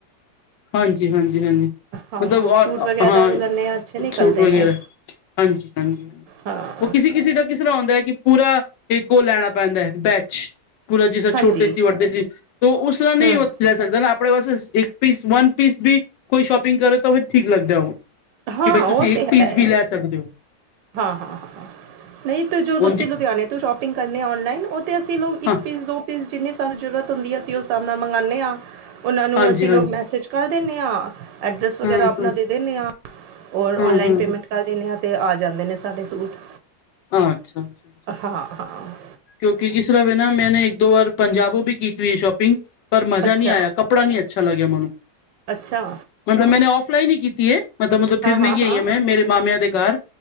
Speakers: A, on the left; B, on the right.
A: ਹਾਂਜੀ, ਹਾਂਜੀ, ਹਾਂਜੀ,
B: ਹਾਂ
A: ਮਤਲਬ ਔ
B: ਸ਼ੂਟ ਵਗੈਰਾ
A: ਹਾਂ,
B: ਵੀ ਲੈਂਦੇ ਹਾਂ ਅੱਛੇ ਨਿਕਲਦੇ
A: ਸੂਟ ਵਗੈਰਾ,
B: ਨੇ
A: ਹਾਂਜੀ-ਹਾਂਜੀ
B: ਹਾਂ
A: ਓ ਕਿਸੀ ਕਿਸੀ ਦਾ ਕਿਸਰਾ ਹੁੰਦਾ ਏ ਕਿ ਪੂਰਾ ਇੱਕ ਓ ਲੈਨਾ ਪੈਂਦੈ ਬੈਚ, ਪੂਰਾ ਜਿਸਰਾ ਛੋਟੇ
B: ਹਾਂਜੀ
A: ਸੀ, ਵੱਡੇ ਸੀ ਤੋ ਓਸਰਾ ਨਈ
B: ਹੂੰ
A: ਓ ਲੈ ਸਕਦਾ ਨਾ ਆਪ ਅਪਣੇ ਵਾਸੇ ਇੱਕ ਪੀਸ, ਵਨ ਪੀਸ ਵੀ ਕੋਈ ਸ਼ੋਪਿੰਗ ਕਰੇ ਤੋ ਵੀ ਠੀਕ ਲਗਦੈ ਓ।
B: ਹਾਂ
A: ਕਿ ਬਈ
B: ਉਹ
A: ਤੁਸੀ ਇੱਕ
B: ਤੇ ਹੈ
A: ਪੀਸ ਵੀ ਲੈ ਸਕਦੇ ਓ।
B: ਹਾਂ, ਹਾਂ-ਹਾਂ ਨਈ ਤੇ ਜੋ ਤੁਸੀ
A: ਉਝ
B: <unintelligible> ਲੁਧਿਆਨੇ ਤੋਂ ਸ਼ੋਪਿੰਗ ਕਰਨੇ ਆ ਔਨਲਾਈਨ, ਓ ਤੇ ਅਸੀ ਲੋਗ ਇੱਕ
A: ਹਾਂ
B: ਪੀਸ ਦੋ ਪੀਸ ਜਿੰਨੇ ਸਾਨੂੰ ਜਰੂਰਤ ਹੁੰਦੀ ਆ ਅਸੀ ਓਸ ਤਾਂ ਮੈਂ ਮੰਗਾਨੇ ਆਂ। ਓਨਾਂ ਨੂੰ
A: ਹਾਂਜੀ
B: ਅਸੀ
A: ਹਾਂਜੀ
B: ਲੋਕ ਮੈਸੇਜ ਕਰ ਦੇਨੇ ਆਂ, ਐਡਰੈਸ ਵਗੈਰਾ
A: ਹਮ
B: ਅਪਨਾ
A: ਹਮ
B: ਦੇ ਦੇਨੇ ਆਂ। ਔਨਲਾਈਨ
A: ਹਮ ਹਮ
B: ਪੇਮੈਂਟ
A: ਹਮ
B: ਕਰ ਦੇਨੇ ਆਂ, ਤੇ ਆ ਜਾਂਦੇ ਨੇ ਸਾਡੇ ਸੂਟ।
A: ਅੱਛਾ-ਅੱਛਾ ਅੱਛ।
B: ਹਾਂ ਹਾਂ
A: ਕਯੋਕਿ ਇਸਰਾ ਵੇ ਨਾ ਮੈਂ ਨਾ ਏਕ-ਦੋ ਵਾਰ ਪੰਜਾਬੋ ਵੀ ਕੀਤੀ ਹੋਈ ਸ਼ੋਪਿੰਗ। ਪਰ ਮਜ਼ਾ
B: ਅੱਛਾ
A: ਨੀ ਆਯਾ, ਕੱਪੜਾ ਨੀ ਅੱਛਾ ਲੱਗੇਆ ਮਾਨੂੰ।
B: ਅੱਛਾ।
A: ਮਤਲਬ ਮੈਨੇ ਔਫਲਾਈਨ ਈ ਕੀਤੀ ਏ, ਮਤਲਬ-ਮਤਲਬ ਫਿਰਨ
B: ਹਾਂ ਹਾਂ
A: ਗੇਆਈ
B: ਹਾਂ
A: ਆਂ ਮੈਂ ਮੇਰੇ ਮਾਮੇਆਂ ਦੇ ਘਾਰ।